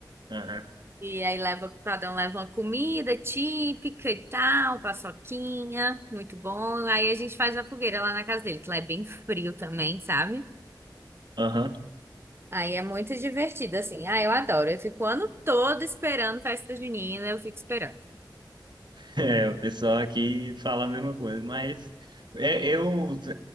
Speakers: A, on the right; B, on the right.
A: Aham.
B: E aí leva, cada um leva uma comida típica e tal, paçoquinha, muito bom. Aí a gente faz a fogueira lá na casa dele, que lá é bem frio também, sabe?
A: Aham. <laughs>
B: Aí é muito divertido, assim. Ah, eu adoro. Eu fico o ano todo esperando festa junina, eu fico esperando.
A: É, o pessoal aqui fala a mesma coisa, mas é, eu,